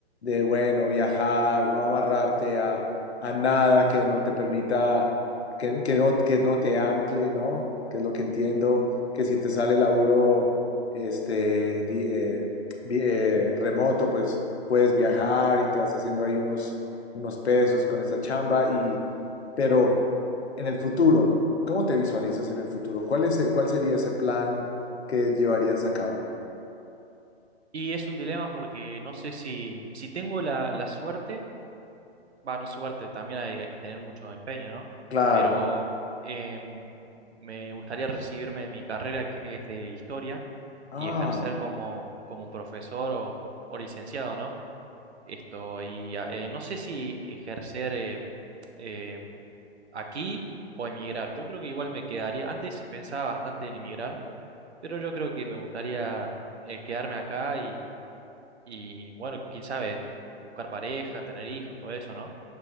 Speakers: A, on the left; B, on the right.
A: bueno, viajar, no amarrarte a, a nada que no te permita, que, que no, que no te ancle, ¿no? Que es lo que entiendo, que si te sale laburo este, di- eh, vi- eh, remoto, pues puedes viajar y te vas haciendo ahí unos, unos pesos con esa chamba, y, pero en el futuro, ¿cómo te visualizas en el futuro? ¿Cuál es, e, cuál sería ese plan que llevarías a cabo?
B: Y es un dilema porque no sé si, si tengo la, la suerte, va, no suerte, también hay, hay que tener mucho empeño, ¿no?
A: Claro.
B: Pero em, me gustaría recibirme de mi carrera que es de historia
A: Ah.
B: y ejercer como, como profesor o, o licenciado, ¿no? Esto, y a- eh, no sé si ejercer eh, em, aquí o emigrar. Yo creo que igual me quedaría, antes pensaba bastante en emigrar, pero yo creo que me gustaría eh, quedarme acá y bueno, quién sabe, buscar pareja, tener hijos, todo eso, ¿no?